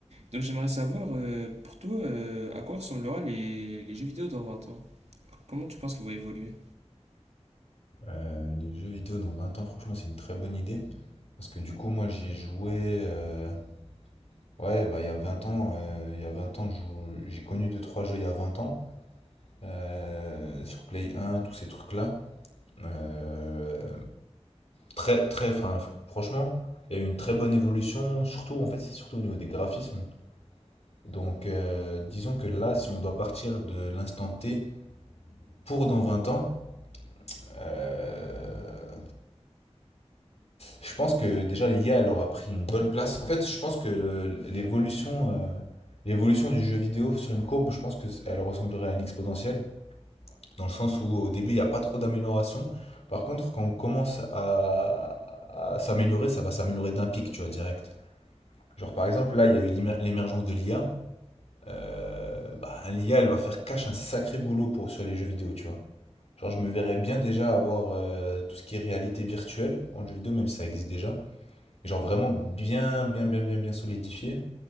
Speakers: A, on the right; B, on the left.
A: Donc, j'aimerais savoir, euh, pour toi, euh, à quoi ressemblera les, les jeux vidéo dans 20 ans? Comment tu penses qu'ils vont évoluer?
B: Euh, les jeux vidéo dans 20 ans, franchement, c'est une très bonne idée. Parce que du coup, moi, j'ai joué. euh, Ouais, bah, il y a vingt ans, euh, il y a 20 ans, je jou- j'ai connu deux trois jeux il y a 20 ans. euh, sur Play 1, tous ces trucs-là. Euh, très, très, enfin, f- franchement, il y a eu une très bonne évolution. Surtout, en fait, c'est surtout au niveau des graphismes. Donc, euh, disons que là, si on doit partir de l'instant T pour dans 20 ans, euh, Je pense que déjà l'IA elle aura pris une bonne place. En fait, je pense que l'évolution euh, l'évolution du jeu vidéo sur une courbe, je pense que c- elle ressemblerait à une exponentielle, dans le sens où au début il n'y a pas trop d'amélioration. Par contre, quand on commence à, à s'améliorer, ça va s'améliorer d'un pic, tu vois, direct. Genre par exemple, là il y a eu l'ima- l'émergence de l'IA. Euh, bah, l'IA elle va faire cache un sacré boulot pour, sur les jeux vidéo, tu vois. Genre je me verrais bien déjà avoir euh, tout ce qui est réalité virtuelle en jeu vidéo, même si ça existe déjà mais genre vraiment bien, bien, bien, bien, bien solidifié.